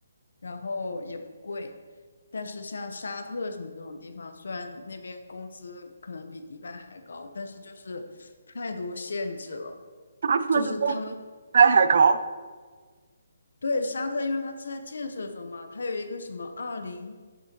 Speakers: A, on the left (about 80°); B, on the right (about 45°).
A: 然后也不贵。但是像沙特什么那种地方，虽然那边工资可能比迪拜还高，但是就是太多限制了。
B: 沙特的工资迪拜还高
A: 就是他们对沙特，因为它正在建设中嘛，它有一个什么二零